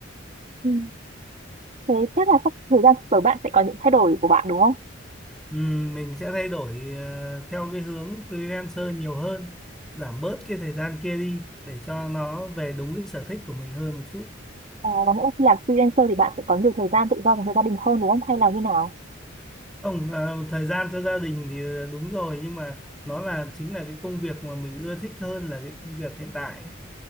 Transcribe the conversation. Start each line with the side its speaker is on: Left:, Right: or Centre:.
Right: Ừ. Thế chắc là sắp thời gian sắp tới bạn sẽ có những thay đổi của bạn đúng không?
Centre: Ừm, mình sẽ thay đổi ờ, theo cái hướng freelancer nhiều hơn, giảm bớt cái thời gian kia đi để cho nó về đúng cái sở thích của mình hơn một chút.
Right: À, có nghĩa là khi làm freelancer thì bạn sẽ có nhiều thời gian tự do dành cho gia đình hơn đúng không? Hay là như nào?
Centre: Không, ờ, thời gian cho gia đình thì ờ, đúng rồi nhưng mà nó là chính là cái công việc mà mình ưa thích hơn là cái công việc hiện tại. ấy.